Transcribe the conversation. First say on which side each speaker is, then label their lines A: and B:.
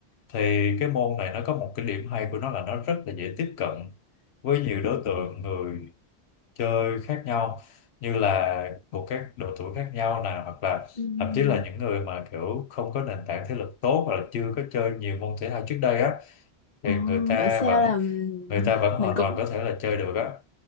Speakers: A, on the left; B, on the left.
A: thì cái môn này nó có một cái điểm hay của nó là nó rất là dễ tiếp cận với nhiều đối tượng người chơi khác nhau như là thuộc các độ tuổi khác nhau nè hoặc là
B: Ừm.
A: thậm chí là những người mà kiểu không có nền tảng thể lực tốt hoặc là chưa có chơi nhiều môn thể thao trước đây á thì
B: Ờ,
A: người ta
B: bảo sao
A: vẫn
B: là
A: người ta vẫn
B: mình
A: hoàn
B: cũng
A: toàn có thể là chơi được á